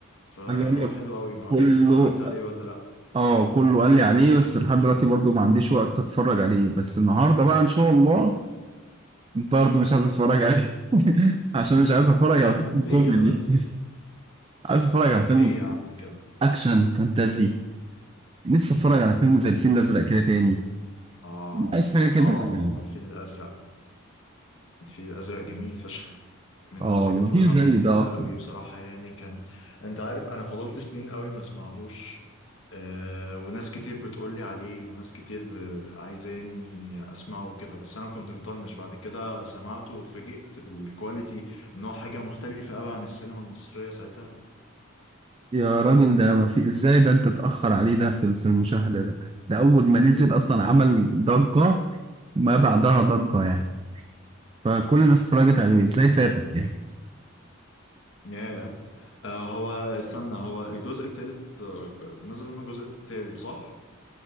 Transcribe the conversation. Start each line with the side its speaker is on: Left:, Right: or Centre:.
Left: فهو
Right: اللي قال لك
Left: حلو قوي معرفش
Right: كله
Left: انت اتفرجت عليه ولا لأ
Right: اه كله قال لي عليه بس لحد دلوقتي برضو ما عنديش وقت اتفرج عليه بس النهارده بقى ان شاء الله انت برضه مش عايز اتفرج عليه <laughs> عشان مش عايز اتفرج
Left: <laughs>
Right: على فيلم
Left: ليه
Right: كوميدي
Left: كده بس
Right: عايز اتفرج على فيلم
Left: ليه يا عم كده
Right: اكشن فانتازي لسه اتفرج على فيلم زي الفيل الازرق كده تاني
Left: آه
Right: عايز حاجه كده
Left: آه
Right: يعني.
Left: الله الفيل الأزرق الفيل الأزرق جميل فشخ من
Right: اه
Left: الحاجات
Right: والله مفيش
Left: اللي انا
Right: زي
Left: بحبها
Right: ده اصلا
Left: قوي بصراحة يعني كان انت عارف انا فضلت سنين قوي ما اسمعهوش أه وناس كتير بتقولي عليه وناس كتير ب... عايزاني اسمعه كده بس انا كنت مطنش بعد كده سمعته واتفاجئت بالكواليتي ان هو حاجة مختلفة قوي عن السينما المصرية ساعتها
Right: يا راجل ده ما في ازاي ده انت اتاخر عليه ده في في المشاهده ده ده اول ما نزل اصلا عمل ضجه ما بعدها ضجه يعني فكل الناس اتفرجت عليه ازاي
Left: ياه
Right: فاتك يعني
Left: ياه أه هو استنى هو الجزء التالت آه، نزل منه جزء تالت صح؟